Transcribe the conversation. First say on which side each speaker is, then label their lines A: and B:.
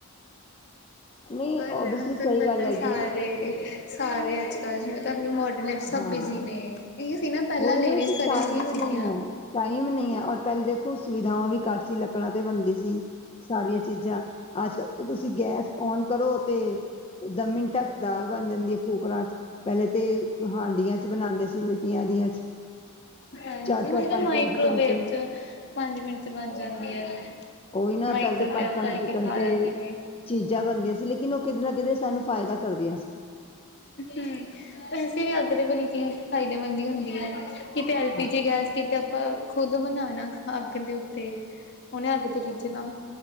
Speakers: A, on the left; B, on the left.
A: ਨਹੀਂ
B: ਪਰ
A: ਓਬੀਅਸਲੀ ਸਹੀ
B: ਤੁਆਨੂੰ ਪਤਾ
A: ਗੱਲ ਹੈਗੀ
B: ਸਾਰੇ,
A: ਹੈ
B: ਸਾਰੇ ਅੱਜ ਕੱਲ੍ਹ ਮਲਬ ਮੋਡਰਨਸ ਸਭ
A: ਹਾਂ
B: ਬਿਜ਼ੀ ਨੇ, ਇਯੋ ਸੀ ਨਾ ਪੈਲਾਂ
A: ਉਹੀ
B: ਲੇਡੀਜ਼
A: ਕਿ
B: ਘਰੇ
A: ਟਾਈਮ
B: ਹੁੰਦੀਆਂ ਸੀਗੀਆਂ
A: ਨਹੀਂ ਹੈ ਟਾਈਮ ਨਈ ਐ ਔਰ ਪੈਲੇ ਦੇਖੋ ਸੁਵਿਧਾਵਾਂ ਵੀ ਘੱਟ ਸੀ, ਲੱਕੜਾਂ ਤੇ ਬਣਦੀ ਸੀ। ਸਾਰੀਆਂ ਚੀਜ਼ਾਂ। ਅੱਜ ਤੁਸੀਂ ਗੈਸ ਔਨ ਕਰੋ ਤੇ ਇਦਾਂ ਮਿੰਟਾਂ ਚ ਦਾਲ ਬਣ ਜਾਂਦੀ ਏ ਕੂਕਰਾਂ ਚ। ਪੈਲੇ ਤੇ ਹਾਂਡੀਆਂ ਚ ਬਣਾਂਦੇ ਸੀ ਮਿੱਟੀਆਂ ਦੀਆਂ 'ਚ।
B: ਹਾਂਜੀ
A: ਚਾਰ
B: ਹੁਣ
A: ਚਾਰ
B: ਤਾਂ
A: ਪੰਜ
B: ਮਾਈਕ੍ਰੋਵੇਵ
A: ਪੰਜ ਘੰਟੇ
B: 'ਚ ਪੰਜ ਮਿੰਟ 'ਚ ਬਣ ਜਾਂਦੀ ਐ।
A: ਉਹੀ ਨਾ
B: ਮਾਈਕਰੋਵੇਵ
A: ਪਹਿਲੇ ਪੰਜ ਪੰਜ
B: ਕਰਕੇ
A: ਘੰਟੇ
B: ਖਾ ਲੈਂਦੇ ਨੇ।
A: ਚੀਜ਼ਾਂ ਬਣਦੀਆਂ ਸੀ ਲੇਕਿਨ ਓ ਕਿਦਰੇ ਨਾ ਕਿਦਰੇ ਸਾਨੂੰ ਫਾਇਦਾ ਕਰਦੀਆਂ ਸੀ।
B: ਹੂੰ। ਵੈਸੇ ਵੀ ਅੱਗ ਦੇ ਬਣੀ ਚੀਜ ਫਾਇਦੇਮੰਦ ਹੁੰਦੀ ਏ। ਕਿਤੇ ਐਲ
A: ਹਾਂ
B: ਪੀ ਜੀ ਗੈਸ ਕਿਤੇ ਆਪਾਂ ਖੁੱਦ ਬਨਾਣਾ ਅੱਗ ਦੇ ਉੱਤੇ। ਓਨੇ ਅੱਗ ਤੇ ਰੀਝਣਾ।